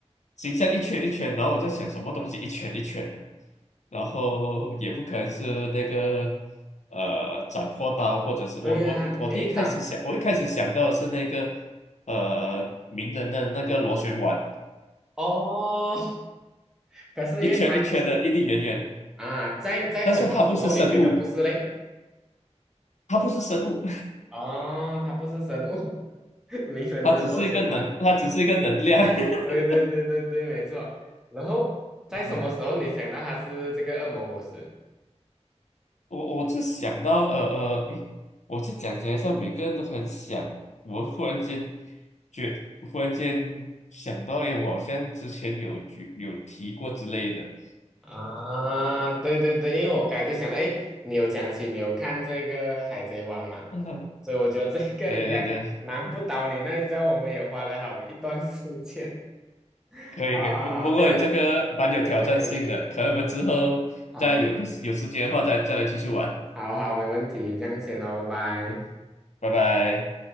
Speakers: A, on the left (about 80°); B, in the centre.
A: 形象一圈一圈，然后我在想什么东西一圈一圈的。然后也不可能是那个呃斩破刀，或者是我我我第一开始想，
B: 对呀、因为长
A: 我一开始想到的是那个
B: 嗯
A: 呃名人的那个螺旋丸，
B: 哦，<laughs> 可是因为它又是
A: 一圈一圈的，一粒圆圆，
B: 啊，在在什么时候你觉得不是嘞？
A: 但是它不是生物，它不是生物，
B: 哦，它不是生物，<laughs> 名人的螺旋丸。
A: <laughs> 它只是一个能，它只是一个能量。<laughs>
B: 对对对对对，没错。然后在什么时候你想到它是这个恶魔果实？
A: 嗯，我我是想到呃呃，诶，我是讲起来像每个人都很想，我忽然间觉，忽然间想到，诶，我好像之前有举有提过之类的。
B: 啊，对对对，因为我刚才就想到，哎，你有讲起你有看这个《海贼王》嘛，
A: <laughs> 嗯，
B: 所以我觉得这个应该难不倒你。
A: 对对对，嗯
B: 那你知道我们也花了好一段时间，<laughs>
A: 可以可以，
B: 好好好，
A: 不不过这个蛮有挑战性的，
B: 这个非常有趣，
A: 可能我们之后再有一个有时间的话再再来继续玩。
B: 好，好好，没问题，这样先咯，拜拜。
A: 嗯，拜拜。